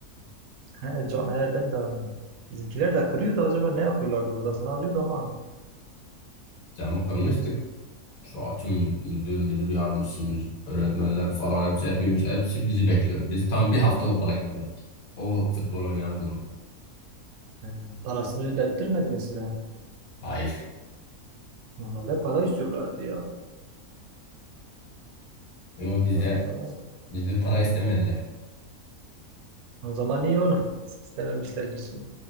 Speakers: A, on the right; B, on the left.
A: He, can, he, ben de. Bizimkiler de kırıyordu acaba ne yapıyorlardı odasını alıyordu ama.
B: Camı kırmıştık. Şu atım müdür, müdür yardımcısımız, öğretmenler falan hepsi hepimiz hepsi bizi bekliyor. Biz tam bir hafta okula gitmedik. O futbol oynayan grup.
A: Yani parasını ödettirmedi mi size?
B: Hayır.
A: Normalde para istiyorlardı ya.
B: E o bize
A: Para falan.
B: bizden para istemediler.
A: O zaman iyi olur İstememişler bir şey.